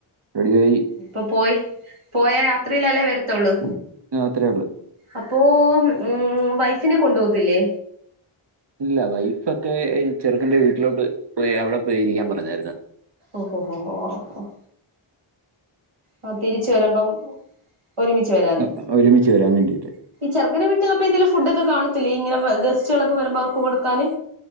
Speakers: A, on the right; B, on the right.
A: റെഡിയായി
B: അപ്പൊ പോയി പോയ രാത്രിയിലല്ലേ വരത്തോള്ളൂ
A: അത്രയേ ഉള്ളൂ
B: അപ്പോ ഉം വൈഫിനെ കൊണ്ടു പോകത്തില്ലേ
A: ഇല്ല വൈഫൊക്കെ ചെറുക്കന്റെ വീട്ടിലോട്ട് പോയി അവിടെ പോയി ഇരിക്കാൻ പറഞ്ഞായിരുന്നു
B: ഓഹോ ഓ ഓ ആ തിരിച്ച് വരുമ്പം ഒരുമിച്ച് വരാന്
A: ഉം, ഒരുമിച്ച് വരാൻ വേണ്ടിയിട്ട്
B: ചെറുക്കന്റെ വീട്ടിലപ്പോ എന്തേലും ഫുഡക്കെ കാണതില്ലേ ഇങ്ങനെ ഗസ്റ്റുകളൊക്കെ വരുമ്പോ അവർക്ക് കൊടുക്കാന്